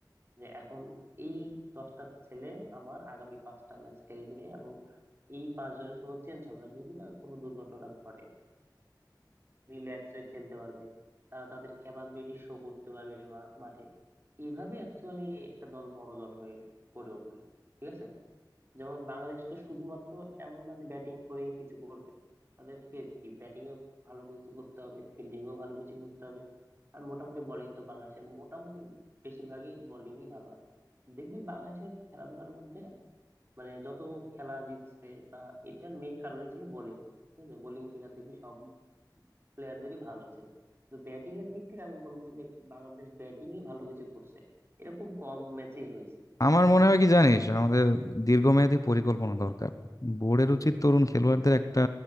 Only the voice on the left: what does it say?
আমার মনে হয় কি জানিস আমাদের দীর্ঘমেয়াদী পরিকল্পনা দরকার বোর্ডের উচিত তরুণ খেলোয়াড়দের একটা